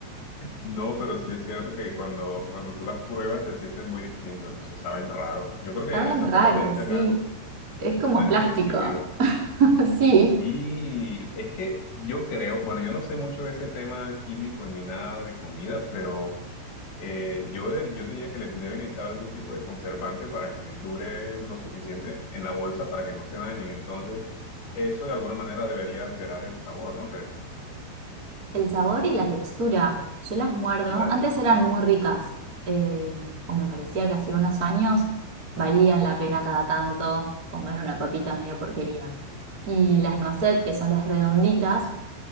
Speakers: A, on the left; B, on the right.
A: No, pero sí es cierto que cuando, cuando tú las pruebas se sienten muy distintos, no se saben raro. Yo creo que
B: Saben
A: a esas
B: raros,
A: papas le echan
B: sí.
A: algo,
B: Es
A: y
B: como
A: saben
B: plástico.
A: como insípido.
B: <laughs> Sí.
A: Sí, es que yo creo, bueno, yo no sé mucho de ese tema químico ni nada de comida, pero eh, yo, de- yo diría que le deben echar algún tipo de conservante para que dure lo suficiente en la bolsa para que no se dañen. Entonces, eso de alguna manera debería alterar el sabor, ¿no crees?
B: El sabor y la textura, yo las muerdo.
A: Y la
B: Antes
A: textura.
B: eran muy ricas, eh, o me parecía que hace unos años valían la pena cada tanto comer una papita medio porquería. Y las noisette, que son las redonditas,